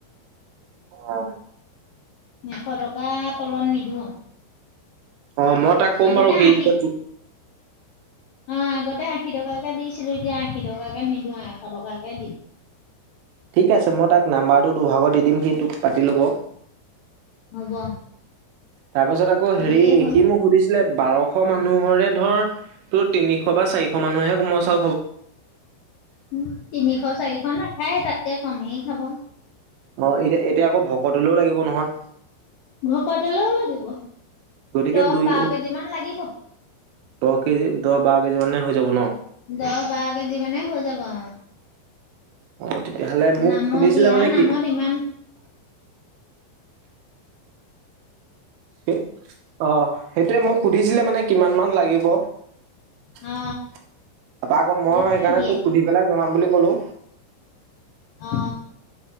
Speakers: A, on the right; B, on the left.
A: অ
B: এশ টকা তলত নিদিওঁ আৰু
A: অ মই তাক ক'ম
B: আগতে
A: বাৰু সেইদিনা
B: আশী অ আগতে আশী টকাকে দিছিলো এতিয়া আশী টকাকে নিদিওঁ এশ টকাকে দিম
A: ঠিক আছে মই তাক নাম্বাৰটো দুভাগত দি দিম সি তোক পাতি ল'ব
B: হ'ব
A: তাৰপাছত আকৌ হেৰি
B: দিলেই হ'ল
A: সি মোক সুধিছিলে বাৰশ মানুহৰে ধৰ তোৰ তিনিশ বা চিশ মানুহে মই চা
B: উ তিনিশ চাৰিশ ন খাই তাতকে কমেই খাব
A: অ এতিয়া এতিয়া আকৌ ভকতলৈও লাগিব নহয়
B: ভক দলেও লাগিব
A: গতিকে
B: দহ
A: দুই
B: বাৰ কেজি মান লাগিব
A: বহ দহ ব কে মানে যাব ন
B: দহ বাৰ কেজি মানে হৈ যাব অ
A: অ তেতিয়াহ'লে মোক
B: নামৰ
A: সুধিছিলে
B: বিয়াৰ
A: মানে কি
B: নামত ইমান
A: স অ সেইটোৱে মোক সুধিছিলে মানে কিমান মান লাগিব তাৰাপা
B: অ
A: আকৌ মই
B: সেইটোয়ে
A: সেইকাৰণে
B: বিয়া
A: তোক সুধি পেলাই জনাম বুলি ক'লো
B: অ